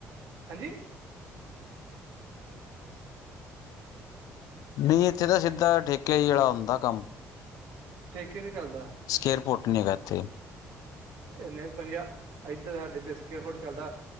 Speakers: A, on the right; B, on the left.
A: ਹਾਂਜੀ?
B: ਨਹੀਂ, ਇੱਥੇ ਤਾਂ ਸਿੱਧਾ ਠੇਕੇ ਈ ਆਲਾ ਹੁੰਦਾ ਕੰਮ।
A: ਠੇਕੇ ਤੇ ਚੱਲਦਾ?
B: ਸਕੇਅਰ ਫੋਟ ਨਹੀਂ ਹੈਗਾ ਇਥੇ।
A: ਇਹਨੇ ਪੰਜਾਹ ਏਧਰ ਸਾਡੇ ਤੇ ਸਕੇਅਰ ਫੁੱਟ ਚੱਲਦਾ।